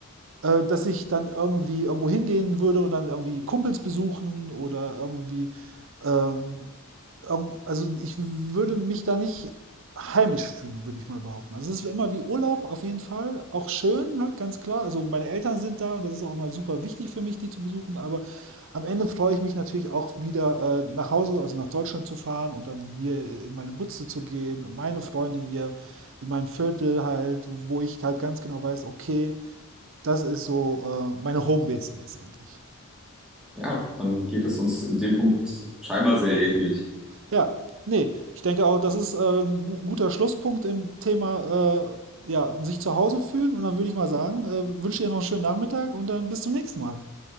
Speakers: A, on the right; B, in the centre.
A: äh, dass ich dann irgendwie irgendwo hingehen würde und dann irgendwie Kumpels besuchen oder irgendwie ähm, also ich würde mich da nicht heimisch fühlen, würde ich mal behaupten. Also es ist immer wie Urlaub auf jeden Fall, auch schön halt, ganz klar. Also meine Eltern sind da und das ist auch immer super wichtig für mich, die zu besuchen, aber am Ende freue ich mich natürlich auch wieder äh, nach Hause, also nach Deutschland zu fahren und dann hier in meine Butze zu gehen, meine Freunde hier in meinem Viertel halt, wo ich halt ganz genau weiß, okay, das ist so äh, meine Homebase letztendlich.
B: Ja, dann geht es uns in dem Punkt scheinbar sehr ähnlich.
A: Ja, nee, ich denke auch, das ist äh, ein gu- guter Schlusspunkt im Thema, äh, ja, sich zu Hause fühlen. Und dann würde ich mal sagen, äh, wünsche dir noch einen schönen Nachmittag und dann bis zum nächsten Mal.